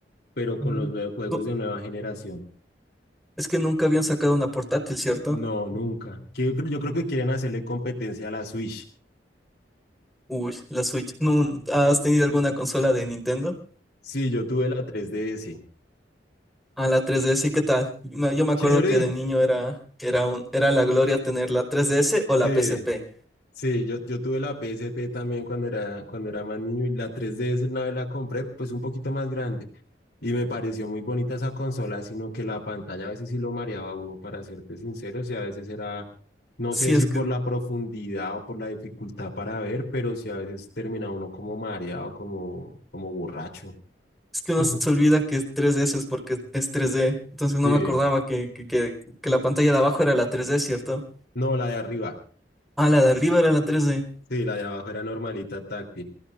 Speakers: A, on the left; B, in the centre.
A: pero con
B: Mm.
A: los nuevos juegos
B: No,
A: de nueva generación.
B: es que nunca habían sacado una portátil, ¿cierto?
A: No, nunca. Que Yo creo, yo creo que quieren hacerle competencia a la Switch.
B: Uy, la Switch. ¿No has tenido alguna consola de Nintendo?
A: Sí, yo tuve la 3DS.
B: A la 3DS, ¿y qué tal? Me- Yo me acuerdo
A: Chévere.
B: que de niño era, era un, era la gloria tener la 3DS o
A: Sí.
B: la P S P
A: Sí, yo, yo tuve la PSP también cuando era, cuando era más niño y la 3DS una vez la compré, pues un poquito más grande. Y me pareció muy bonita esa consola, sino que la pantalla a veces sí lo mareaba a uno, para serte sincero, o sea, a veces era, no
B: Sí,
A: sé
B: es
A: si por
B: que,
A: la profundidad o por la dificultad para ver, pero sí a veces termina uno como mareado, como, como borracho.
B: es que
A: <laughs>
B: uno se olvida que es 3DS es porque es tres d Entonces no
A: Sí,
B: me acordaba que, que, que, que la pantalla de abajo era la tres d ¿cierto?
A: no, la de arriba,
B: Ah, la de arriba era la tres d
A: sí, la de abajo era normalita táctil.